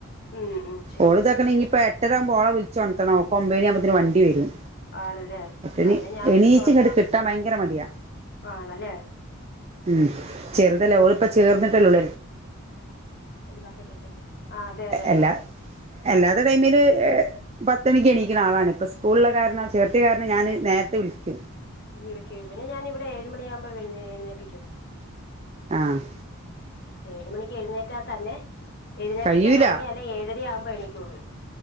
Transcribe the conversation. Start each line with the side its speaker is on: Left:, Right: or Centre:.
Left: ഉം ഉം ശരി
Right: ഓള്താക്ക്ണ്
Left: ശരി ശരി
Right: ഇനിപ്പേ ട്ടരാവുമ്പൊ ഓളെ വിൾച്ചൊൺത്തണം, ഓക്ക് ഒമ്പണ്യാവുമ്പോത്തിന് വണ്ടി വെരും.
Left: ആണല്ലേ
Right: പട്ട്ണി
Left: അവനെ ഞാൻ
Right: എണീച്ച്
Left: വിളിച്ചുണർത്തി
Right: ങ്ങട്ട് കിട്ടാൻ ഭയങ്കര മടിയാ.
Left: ആണല്ലേ
Right: ഉം ചെറുതല്ലേ ഓള് ഇപ്പം ചേർന്ന്ട്ടല്ലോള്ളൂ.
Left: ഒരു ബക്കറ്റ് എടുത്ത് <unintelligible> ആഹ് അതെ അതെ
Right: എല്ലാ
Left: അതെ
Right: അല്ലാത്ത ടൈമില് എഹ് പത്തണിക്ക് എണീക്ണ ആളാണ്. ഇപ്പ സ്കൂൾള്ള കാരണം ചേർത്തിയ കാരണം ഞാന് നേരത്തെ വിളിക്കും.
Left: വിളിക്കും ഇവനെ ഞാന് ഇവിടെ ഏഴുമണിയാകുമ്പോ വെഴുന്നേഎഴുന്നേപ്പിക്കും.
Right: ആഹ്.
Left: ഏഴ് മണിക്ക് എഴുന്നേറ്റാ തന്നെ എഴുന്നേപ്പിക്കാൻ
Right: കഴിയൂല
Left: തുടങ്ങിയാല്ലേ ഏഴര ആവുമ്പോ എണീക്കൊള്ളൂ.